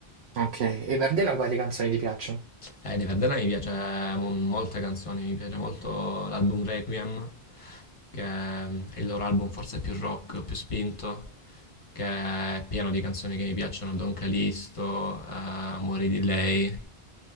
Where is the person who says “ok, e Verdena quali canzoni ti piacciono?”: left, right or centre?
Right